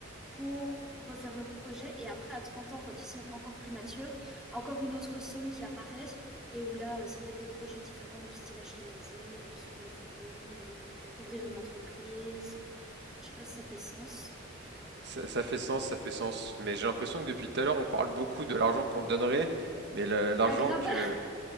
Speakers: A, in the centre; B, on the right.
A: pour refaire leur projet. Et après, à 30 ans, quand ils sont encore plus matures, encore une autre somme qui apparaît et où là, c'est peut-être des projets différents du style acheter une maison, ou construire une famille, ou ouvrir une entreprise. Je sais pas si ça fait sens.
B: Ça, ça fait sens, ça fait sens. Mais j'ai l'impression que depuis tout à l'heure on parle beaucoup de l'argent qu'on donnerait, mais le- l'argent
A: Aggrave.
B: que
A: <laughs>